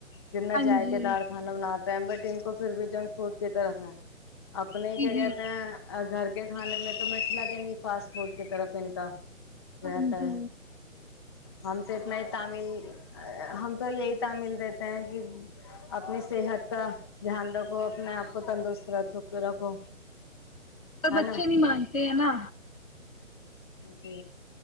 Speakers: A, on the left; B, on the left.
A: کتنا
B: ہاں
A: جائقے
B: جی
A: دار کھانا بناات بٹ ان کو پھر بھی جنک فوڈ کی طرف ہے اپنے
B: جی
A: کیا
B: جی
A: کہ گھر کے کھانے میں تو میں لگیں گی فاسٹ فوڈ کی طرف ان کا
B: ہاں
A: رہتا
B: جی
A: ہے ہم تو اتنا ہی تامل ہم تو یہی تعمیل دیتے ہیں کہ اپنی صحت کا دھیان رکھو اپنے آپ کو تندرست رکھ رکھو ہے
B: بچے
A: نا
B: نہیں مانتے ہیں نا
A: جی